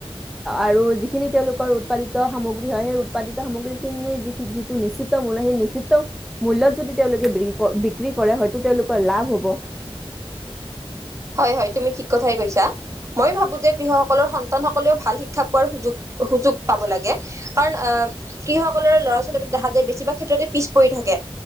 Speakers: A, in the centre; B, on the right (about 30°).
A: আৰু যিখিনি তেওঁলোকৰ উৎপাদিত সামগ্ৰী হয় সেই উৎপাদিত সামগ্ৰী খিনিৰ যি যিটো নিশ্চিত মূল সেই নিশ্চিত মূল্যত যদি তেওঁলোকে বিক বিক্ৰী কৰে হয়তো তেওঁলোকৰ লাভ হ'ব
B: হয় হয় তুমি ঠিক কথাই কৈছা মই ভাবো যে কৃষকসকলৰ সন্তান সকলেও ভাল শিক্ষা পোৱাৰ সুযোগ সুযোগ পাব লাগে কাৰণ আহ কৃষসকলৰ ল'ৰা ছোৱালী দেখা যায় বেছিভাগ ক্ষেত্ৰতে পিছ পৰি থাকে